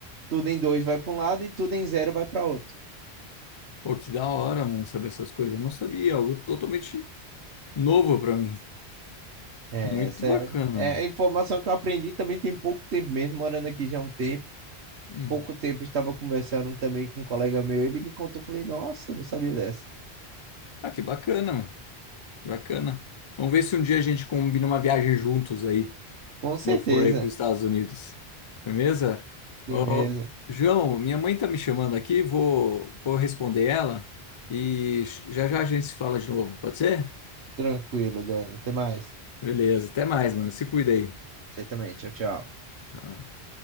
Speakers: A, on the right; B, on the left.
A: Tudo em 2 vai para um lado e tudo em zero vai para outro.
B: Pô, que da hora, mano, saber essas coisas. Eu não sabia, algo totalmente novo pra mim.
A: É,
B: Muito
A: essa
B: bacana,
A: é, é
B: mano.
A: a informação que eu aprendi também tem pouco tempo mesmo, morando aqui já há um tempo.
B: Hum.
A: Pouco tempo estava conversando também com um colega meu, ele me contou, falei, nossa, não sabia dessa.
B: Ah, que bacana, mano. Bacana. Vamos ver se um dia a gente combina uma viagem juntos aí,
A: Com certeza,
B: quando eu for aí pros Estados Unidos. Beleza?
A: firmeza,
B: Ô, João, minha mãe tá me chamando aqui, vou, vou responder ela e já já a gente se fala de novo, pode ser?
A: tranquilo, Dani, até mais.
B: Beleza, até mais, mano. Se cuida aí.
A: Você também, tchau, tchau.
B: Tá.